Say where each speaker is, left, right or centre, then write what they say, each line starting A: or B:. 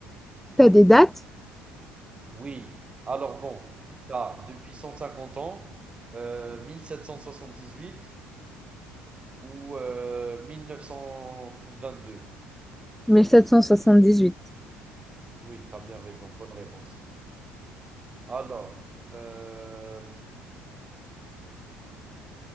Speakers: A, in the centre; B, on the right (about 25°).
A: T'as des dates?
B: Oui. Alors bon, tu as depuis 150 ans, euh, 1778 ou euh, 1922.
A: 1778.
B: Oui, tu as bien raison. Bonne réponse. Alors, euh,